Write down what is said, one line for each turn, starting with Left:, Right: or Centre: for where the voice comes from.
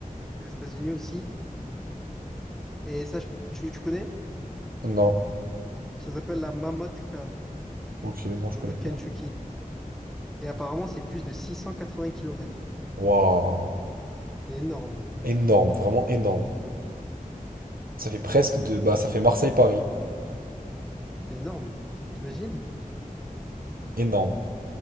Centre: C'est Aux États-Unis aussi. Et ça, je- tu, tu connais?
Right: Non.
Centre: Ça s'appelle la Mammoth Cave,
Right: Ok, non,
Centre: dans
Right: je connais
Centre: le Kentucky.
Right: pas.
Centre: Et apparemment, c'est plus de 680 kilomètres.
Right: Waouh.
Centre: C'est énorme.
Right: Énorme, vraiment énorme. Ça fait presque de... Bah, ça fait Marseille-Paris.
Centre: C'est énorme. T'imagines?
Right: Énorme.